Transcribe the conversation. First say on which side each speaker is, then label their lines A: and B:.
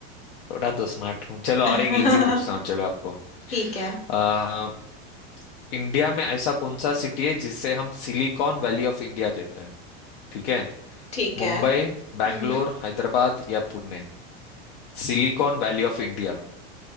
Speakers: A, on the left (about 60°); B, on the left (about 20°).
A: थोड़ा तो स्मार्ट हूँ चलो और
B: <laughs>
A: एक इजी पूछता हूँ चलो आपको
B: ठीक है
A: आ, इंडिया में ऐसा कौन सा सिटी है जिसे हम सिलिकॉन वैली ऑफ इंडिया कहते हैं ठीक है
B: ठीक
A: मुंबई
B: है
A: बैंगलोर
B: हम्म
A: हैदराबाद या Pune Silicon Valley of India